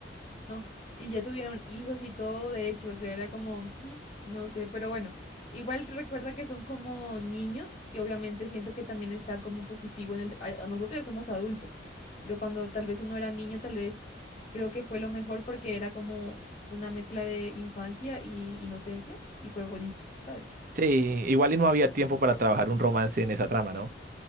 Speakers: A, on the left; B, on the right.
A: No, y ya tuvieron hijos y todo, de hecho, o sea, era como, "Ujú, no sé, pero bueno, igual recuerda que son como niños y obviamente siento que también está como positivo en el, a- a nosotros ya somos adultos, pero cuando tal vez uno era niño, tal vez creo que fue lo mejor porque era como una mezcla de infancia y inocencia y fue bonito, ¿sabes?
B: Sí, igual y no había tiempo para trabajar un romance en esa trama, ¿no?